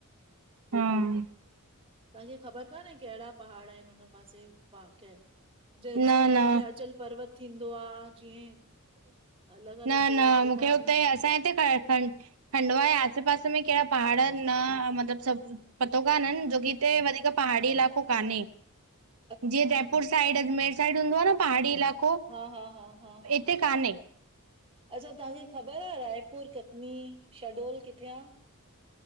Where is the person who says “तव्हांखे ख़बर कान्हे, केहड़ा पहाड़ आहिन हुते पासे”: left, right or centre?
Right